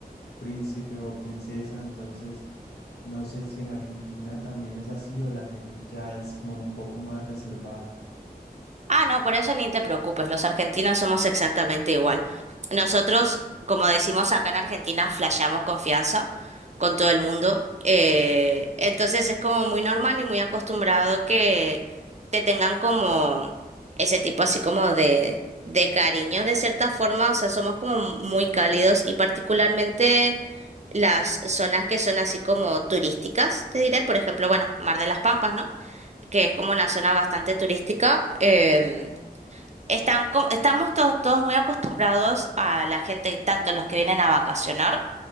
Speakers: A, on the left; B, on the right.
A: príncipe o princesa, entonces... No sé si en Argentina también es así o la gente ya es como un poco más reservada.
B: Ah, no, por eso ni te preocupes, los argentinos somos exactamente igual. Nosotros, como decimos acá en Argentina, flasheamos confianza con todo el mundo. eh, entonces es como muy normal y muy acostumbrado que te tengan como ese tipo así como de, de cariño de cierta forma, o sea, somos como muy cálidos y particularmente las zonas que son así como turísticas, te diré, por ejemplo, bueno, Mar de las Pampas, ¿no? que es como una zona bastante turística, em, están, co- estamos to- todos muy acostumbrados a la gente, tanto los que vienen a vacacionar